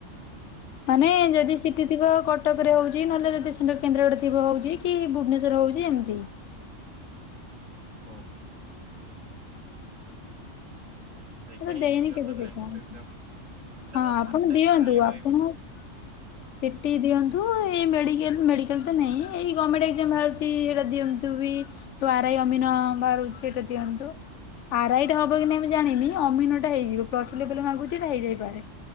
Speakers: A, on the left; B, on the right.
A: ମାନେ
B: ଆଚ୍ଛା
A: ଯଦି ଥିବ କଟକରେ ହଉଛି ନହେଲେ ଯଦି ସେଣ୍ଟର କେନ୍ଦ୍ରାଡେ ଥିବ ହଉଛି କି ଭୁବନେଶ୍ଵରରେ ହଉଛି ଏମିତି।
B: ହଉ। ଦେଖିବା
A: ମୁଁ ତ
B: ଏଇ
A: ଦେଇନି
B: ଇୟର
A: କେବେ
B: ତ
A: ସେଇଟା।
B: ନେକ୍ସଟ
A: ହଁ,
B: ଏକ୍ଜାମ ମୁଁ ସେଇଟା ତ ଫାଷ୍ଟ
A: ଆପଣ
B: ଟାଇମ
A: ଦିଅନ୍ତୁ
B: ଶୁଣିଲି ପା
A: ଆପଣ
B: ଏଇ ବର୍ଷ
A: ସିଟି ଦିଅନ୍ତୁ, ଏଇ ମେଡ଼ିକାଲ୍ ମେଡ଼ିକାଲ୍ ତ ନାହିଁ ଏଇ ଗଭର୍ଣ୍ଣମେଣ୍ଟ ଏକ୍ଜାମ ବାହାରୁଛି ସେଇଟା ଦିଅନ୍ତୁ। ବି ଯୋଉ ଆର ଆଇ, ଅମିନ ବାହାରୁଚି ଟା ଦିଅନ୍ତୁ ଆର ଆଇଟା ହବ କି ନାହିଁ ଜାଣିନି। ଅମିନ ଟା ହେଇଯିବ ପ୍ଲସ ଟୁ ଲେବୁଲ୍ ମାଗୁଛି ଏଟା ହେଇ ଯାଇପାରେ